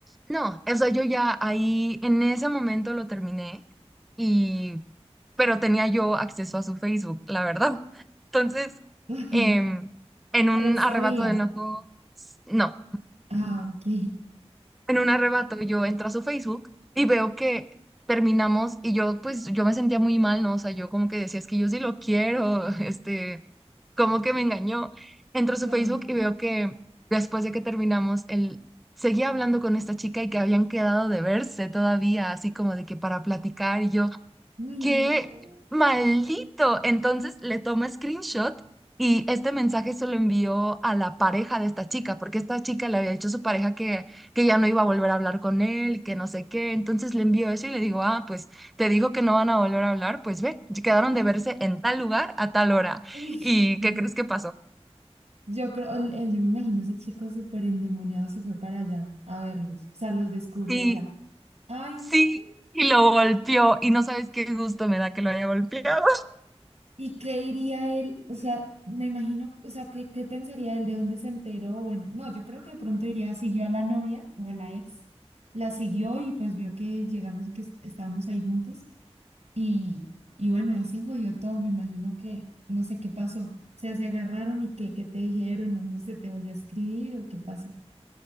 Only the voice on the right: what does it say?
<laughs> Ay,
pero
él sabía.
Ah, ok.
Claro.
Uy,
no.
Uy.
<laughs>
Yo creo, el- el- yo me imagino ese chico súper endemoniado se fue para allá a verlos, o sea, los descubrió
allá. Ay,
no.
¿Y qué diría él? O sea, me imagino, o sea, ¿qué, qué pensaría él de dónde se enteró? Bueno, no, yo creo que de pronto iría, siguió a la novia o a la ex, la siguió y pues vio que llegamos y que es- estábamos ahí juntos y, y bueno, ahí se jodió todo, me imagino que no sé qué pasó. O sea, se agarraron y qué, qué te dijeron o no sé, te volvió a escribir o qué pasó.